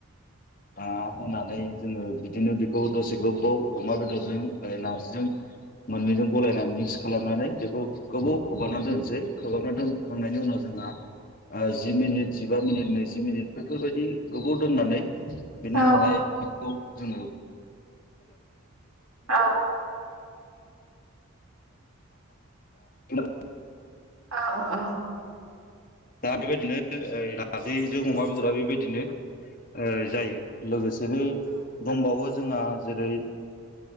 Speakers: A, on the left; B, on the right.
A: ना होनानै जोङो बिदिनो बेखौ दसे गोबाव अमा बेदरजों नारजिजों मोननैजों गलायनानै मिक्स खालामनानै बेखौ गोबाव खोबांना दोनसै खोबांना दोनखांनायनि उनाव जोंहा जि मिनिट, जिबा मिनिट, नैजि मिनिट बेफोरबायदि गोबाव दोननानै बिनि
B: औ
A: उनावहाय बेखौ जोंङो
B: औ
A: <unintelligible> <inaudible>
B: औ -औ -औ
A: दा बेबायदिनो नार्जिजों अमा बेदरा बेबायदिनो ओ जायो लोगोसे जेरै दंबावो जोंहा जेरै